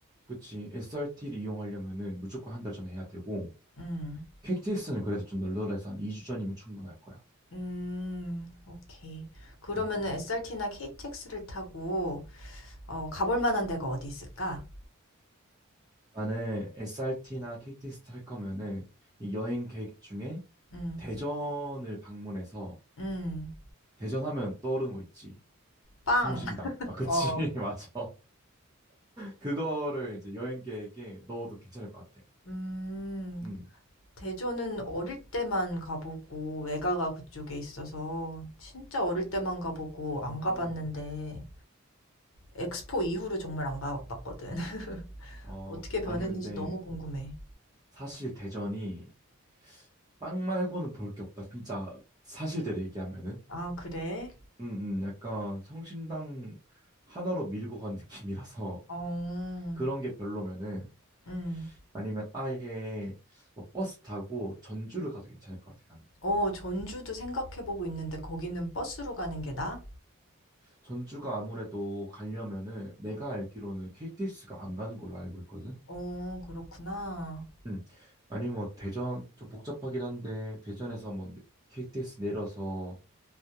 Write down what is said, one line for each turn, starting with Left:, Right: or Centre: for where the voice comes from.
Right: 그치. SRT를 이용하려면은 무조건 한 달 전에 해야 되고
Left: 음.
Right: k t 스는 그래도 좀 널널해서 한 2주 전이면 충분할 거야.
Left: 음. 오케이. 그러면은
Right: 응.
Left: SRT나 KTX를 타고 어 가볼 만한 데가 어디 있을까?
Right: 나는 SRT나 k t 를탈 거면은 이 여행 계획 중에
Left: 음.
Right: 대전을 방문해서
Left: 음.
Right: 대전 하면 떠오르는 거 있지.
Left: 빵.
Right: 성심당.
Left: <laughs>
Right: 아, 그치.
Left: 어.
Right: <laughs> 맞아. 그거를 이제 여행 계획에 넣어도 괜찮을 것 같아.
Left: 음.
Right: 음.
Left: 대전은 어릴 때만 가 보고 외가가 그쪽에 있어서 진짜 어릴 때만 가 보고
Right: 음,
Left: 안 가 봤는데 엑스포 이후로 정말 안 가 봤거든. <laughs>
Right: 어,
Left: 어떻게 변했는지
Right: 아니, 근데
Left: 너무 궁금해.
Right: 사실 대전이 빵 말고는 볼 게 없다. 진짜 사실대로 얘기하면은.
Left: 아 그래?
Right: 음, 음, 약간 성심당 하나로 밀고 간 느낌이라서.
Left: 어.
Right: 그런 게 별로면은
Left: 음.
Right: 아니면 아예 뭐 버스 타고 전주를 가도 괜찮을 것 같아요. 나는.
Left: 어 전주도 생각해 보고 있는데 거기는 버스로 가는 게 나아?
Right: 전주가 아무래도 가려면은 내가 알기로는 KTX가 안 가는 걸로 알고 있거든.
Left: 어 그렇구나.
Right: 음. 아니 뭐 대전 좀 복잡하긴 한데 대전에서 뭐 KTX 내려서